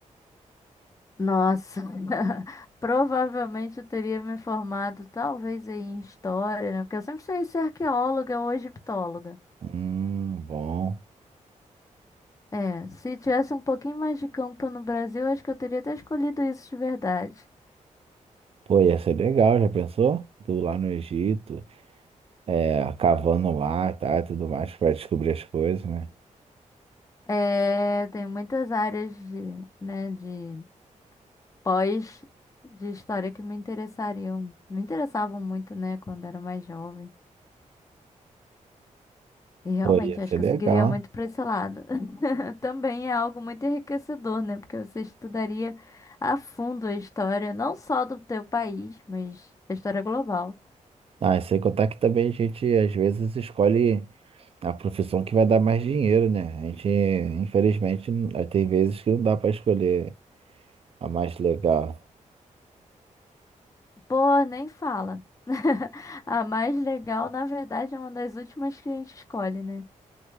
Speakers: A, on the left; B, on the right.
A: Nossa, <laughs> provavelmente eu teria me formado talvez aí em história, né? Porque eu sempre sonhei ser arqueóloga ou egiptóloga.
B: Hum, bom.
A: É, se tivesse um pouquinho mais de campo no Brasil, acho que eu teria até escolhido isso de verdade.
B: Pô, ia ser legal, já pensou? Tu lá no Egito, é, cavando lá, tá, e tudo mais, para descobrir as coisas, né?
A: É, tem muitas áreas de, né, de pós de história que me interessariam, me interessavam muito, né, quando era mais jovem. E realmente,
B: Pô, ia ser
A: acho que
B: legal.
A: eu seguiria muito para esse lado. <laughs> Também é algo muito enriquecedor, né? Porque você estudaria a fundo a história, não só do teu país, mas a história global.
B: Ah, sem contar que também a gente às vezes escolhe a profissão que vai dar mais dinheiro, né? A gente, infelizmente, n- eh, tem vezes que não dá para escolher a mais legal.
A: Pô, nem fala. <laughs> A mais legal, na verdade, é uma das últimas que a gente escolhe, né?